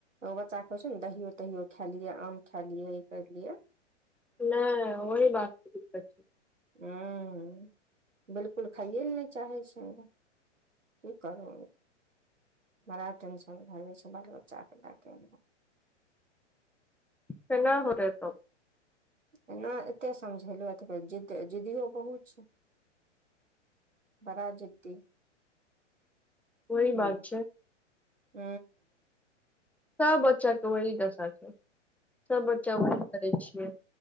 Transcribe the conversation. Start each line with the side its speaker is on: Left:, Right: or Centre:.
Right: ओ बच्चा के होइ छै ने दहियो तहियो खायए लिये आम खााय लियै करलियै
Centre: नहि वहि बात के दिक्कत छै
Right: हू बिल्कूल खाइए ल नहि चाहै छै। कि करू बड़ा टेंशन भए जाइ छै बाल बच्चाके लै कै।
Centre: केना हो रह तऽ
Right: एना एते समझेलहु कह जिद् जिद्दियो बहुत छै। बडा जडी
Centre: वही
Right: ह
Centre: बात छै
Right: ह
Centre: सभ बच्चाके वही दशा छै सभ बच्चा वही करै छियै